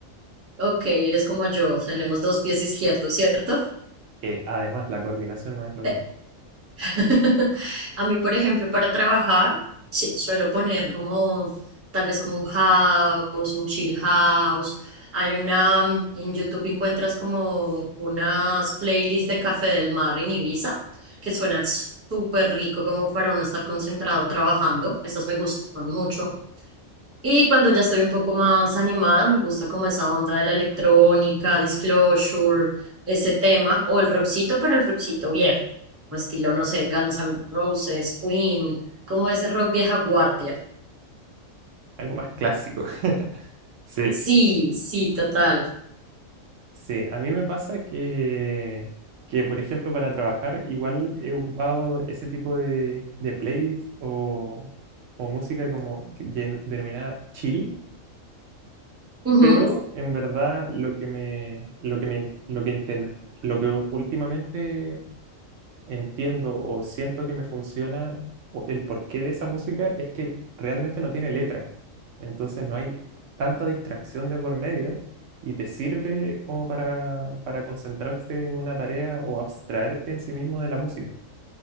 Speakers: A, on the right; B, on the right.
A: Ok, eres como yo, tenemos dos pies izquierdos, ¿cierto?
B: Eh, además, la coordinación no es lo mío,
A: <laughs> <laughs> A mí, por ejemplo, para trabajar, sí, suelo poner como tal vez como un house, un chill house. Hay una, en YouTube encuentras como unas playlists de Café del Mar en Ibiza que suenan súper rico como para uno estar concentrado trabajando. Esas me gustan mucho. Y cuando ya estoy un poco más animada, me gusta como esa onda de la electrónica, Disclosure, ese tema, o el rockcito, pero el rockcito viejo, como estilo, no sé, Guns N' Roses, Queen, como ese rock vieja guardia.
B: algo más clásico. <laughs> Sí,
A: Sí, sí, total.
B: Sí, a mí me pasa que, que, por ejemplo, para trabajar igual he ocupado ese tipo de, de playlist o, o música como que llen- denominada chill,
A: Ujú,
B: pero
A: ujú.
B: en verdad lo que me, lo que me, lo que enten- lo que últimamente entiendo o siento que me funciona o el porqué de esa música es que realmente no tiene letra. Entonces no hay tanta distracción de por medio y te sirve como para, para concentrarte en una tarea o abstraerte en sí mismo de la música.